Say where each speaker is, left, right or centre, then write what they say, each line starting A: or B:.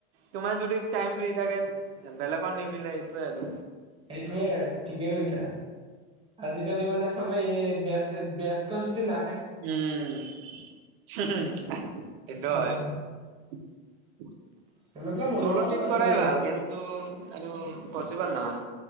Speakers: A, on the right; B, on the right.
A: তোমাৰ যদি টাইম ফ্ৰী থাকে বেলেগত নিমিলে এইটোয়ে আৰু
B: সেইটোয়ে ঠিকেই কৈছা আজিকালি মানে চবেই এই বে বেষ্ট ত যদি ন
A: উম হু হু সেইটো
B: উম
A: হয়। <unintelligible>
B: সেনেকুৱা মোৰ
A: চলো
B: লগতো
A: ট্ৰিপ
B: হৈছে
A: কৰাই ভাল কিন্তু আৰু পচিবল নহয়